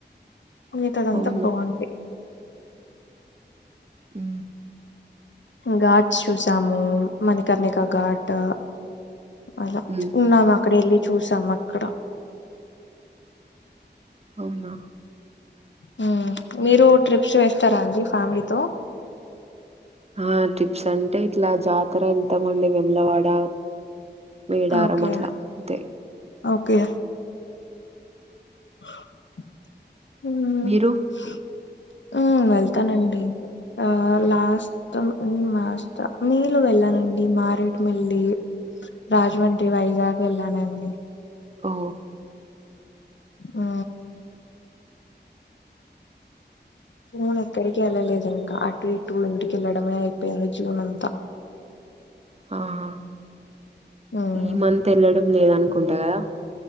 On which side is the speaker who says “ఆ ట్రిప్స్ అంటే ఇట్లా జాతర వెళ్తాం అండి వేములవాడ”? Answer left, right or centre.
Right